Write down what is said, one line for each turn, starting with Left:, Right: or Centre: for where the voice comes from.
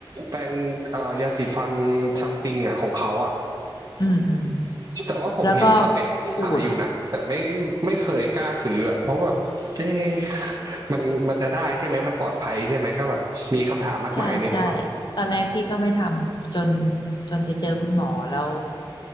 Right: แปรงเอ่อยาสีฟันซัมติงอ่ะของเขาอ่ะ
Left: อืมอืม
Right: แต่ว่าผมเห็นสเปรย์ที่ขายอยู่นะแต่ไม่ไม่เคยกล้าซื้ออะเพราะแบบเอ๊ะ
Left: แล้วก็ขูด
Right: มันมันจะได้ใช่ไหมมันปลอดภัยใช่ไหมก็แบบมีคำถามมากมายในหัว
Left: ใช่ใช่ตอนแรกพี่ก็ไม่ทำจนจนไปเจอคุณหมอแล้ว